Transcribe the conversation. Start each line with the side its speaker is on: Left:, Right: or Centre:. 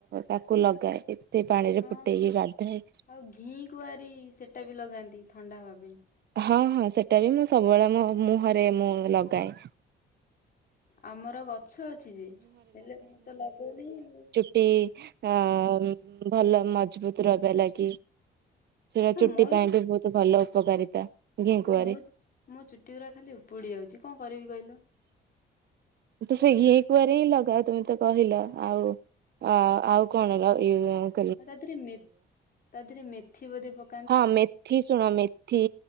Right: ତାକୁ ଲଗାଏ ଏତେ ପାଣି ରେ
Left: ହଁ
Right: ଫୁଟେଇକି ଗାଧାଏ।
Left: ଆଉ ଘି କୁଆରି ସେଟା ବି ଲଗାନ୍ତି ଥଣ୍ଡା ହବା ପାଇଁ।
Right: ହଁ ହଁ ସେଟା ବି ମୁଁ ସବୁବେଳେ ମୋ ମୁହଁରେ ମୁଁ ଲଗାଏ।
Left: ଆମର ଗଛ ଅଛି ଯେ ହେଲେ ମୁଁ ତ ଲଗୁନି ଆଉ।
Right: ଟି ଅ ଭଲ ମଜବୁତ ରହିବା ଲାଗି ସେଟା
Left: ହଁ
Right: ଚୁଟି
Left: ମୋର
Right: ପାଇଁ ବି ବହୁତ ଭଲ ଉପକାରିତା। ଘିକୁଆଁରୀ
Left: ହଁ ମୋ ମୋ ଚୁଟି ଗୁରା ଖାଲି ଉପୁଡି ଯାଉଛି କଣ କରିବି କହିଲ।
Right: ତମେ ତ ସେ ଘି କୁଆଁରି ହିଁ ଲଗାଅ ତୁମେ ତ କହିଲ ଆଉ ଅ ଆଉ କଣ ହେଲା <inaudible>
Left: ଆଉ ତା ଦେହରେ ମେ ତା ଦେହରେ ମେଥି ବୋଧେ ପ
Right: ହଁ ମେଥି ଶୁଣ ମେ ମେଥୀ